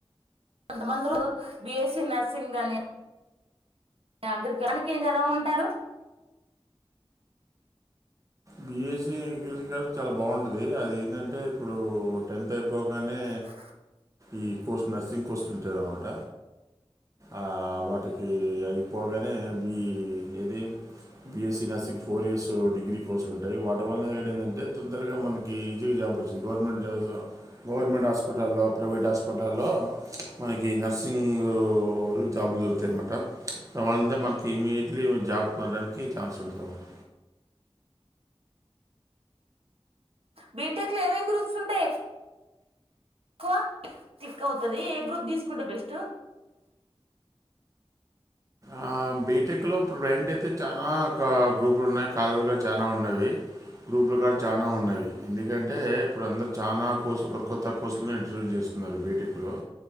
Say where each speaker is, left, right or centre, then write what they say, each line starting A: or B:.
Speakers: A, on the right; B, on the right.
A: కొంతమందిరు బిఎస్సీ నర్సింగ్ అని. అగ్రి కల్ దానికి ఏం చదవమంటారు.
B: బిఎస్సీ అగ్రికల్చర్ చాలా బాగుంటది. అది ఏందంటే ఇప్పుడు టెన్త్ అయిపోగానే.
A: <unintelligible>
B: ఈ కోర్సు నర్సింగ్ కోర్సులు ఉంటాది అన్నమాట. ఆ వాటికి అయిపోగానే బి. ఏది BSc nursing four years degree. ఉంటాయి వాటి వల్ల ఏందంటే తొందరగా మనకి ఈజీగా జాబ్ వచ్చింది గవర్నమెంట్ జాబ్స్. గవర్నమెంట్ హాస్పిటల్లో ప్రైవేట్ హాస్పిటల్లో మనకి నర్సింగు. జాబ్లు దొరుకుతాయన్నమాట తరువాత మనకి మీట్లీ జాబ్ కొట్టడని. కి చాన్స్ ఉంటదన్నమాట.
A: బీటెక్ లో ఏమేమి గ్రూప్స్ ఉంటాయి‌. ఎక్కువ క్లిక్ అవుతాది ఏ గ్రూప్ తీసుకుంటే బెస్ట్.
B: ఆ బీటెక్ లో ఇప్పుడు ప్రజెంట్ అయితే చానా క గ్రూపులు ఉన్నాయ్. కళలుగా చాలా ఉన్నవి గ్రూపుల కా చానా ఉన్నవి ఎందుకం. అంటే ఇప్పుడు అందరు చాలా కోర్సులు కొత్త కోర్సులను ఇంటర్వ్యూ చేస్తున్నారు బీటెక్ లో.